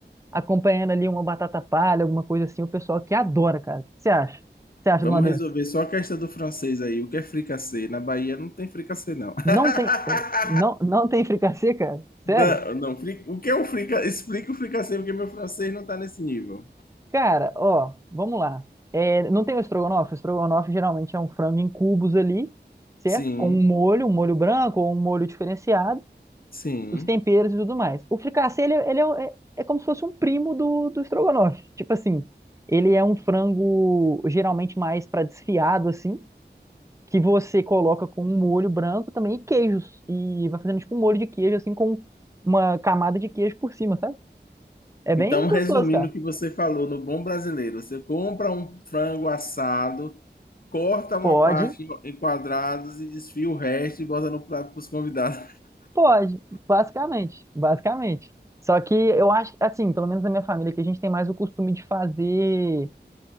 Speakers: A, on the right; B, on the left.
A: acompanhando ali uma batata palha, alguma coisa assim, o pessoal que adora, cara. O que você acha? O que você acha
B: Vamos
A: de uma dessa?
B: resolver só a questão do francês aí. O que é fricassê? Na Bahia não tem fricassê, não. <laughs>
A: Não tem, eh, não, não tem fricassê, cara? Sério?
B: Não, não, fri- o que é o fricassê? Explica o fricassê, porque meu francês não tá nesse nível.
A: Cara, ó, vamos lá. É, não tem o estrogonofe? O estrogonofe geralmente é um frango em cubos ali, certo?
B: Sim,
A: Com um molho, um molho branco ou um molho diferenciado,
B: sim.
A: os temperos e tudo mais. O fricassê, ele, é, ele é, o- é é como se fosse um primo do, do estrogonofe. Tipo assim, ele é um frango geralmente mais para desfiado, assim, que você coloca com um molho branco também e queijos. E vai fazendo tipo um molho de queijo, assim, com uma camada de queijo por cima, sabe? É
B: Então,
A: bem gostoso,
B: resumindo
A: cara.
B: o que você falou no Bom Brasileiro, você compra um frango assado, corta uma
A: Pode,
B: parte em em quadrados e desfia o resto e bota no prato para os convidados.
A: pode, basicamente, basicamente. Só que eu acho, assim, pelo menos na minha família, que a gente tem mais o costume de fazer